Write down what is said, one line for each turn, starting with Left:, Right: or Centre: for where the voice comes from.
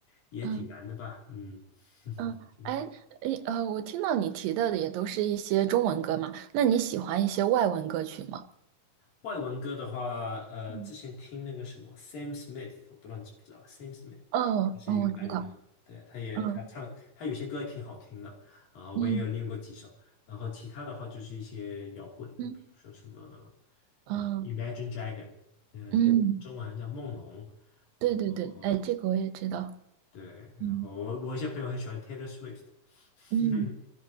Left: 也挺难的吧，
Right: 嗯。
Left: 嗯，
Right: 嗯，
Left: <laughs> 挺难
Right: 哎，诶呃，我听到你提到的也都是一些中文歌嘛，那你喜欢一些外文歌曲吗？
Left: 外文歌的话，呃，
Right: 嗯，
Left: 之前听那个什么 Sam Smith，我不知道你知不知道 Sam Smith，
Right: 嗯哦，
Left: 他是一个白人，
Right: 嗯，我知道，
Left: 对，他也他唱他有些歌也挺好听的，
Right: 嗯
Left: 啊，我也有练过几首，
Right: 嗯
Left: 然后其他的话就是一些摇滚的，
Right: 嗯
Left: 比如说什么，
Right: 嗯
Left: 呃，Imagine Dragon，嗯、
Right: 嗯，
Left: 中文好像叫梦龙，然后
Right: 对对对，哎，这个我也知道，
Left: 对，然后我我一些朋友很喜欢
Right: 嗯
Left: Taylor Swift，
Right: 嗯，
Left: <laughs>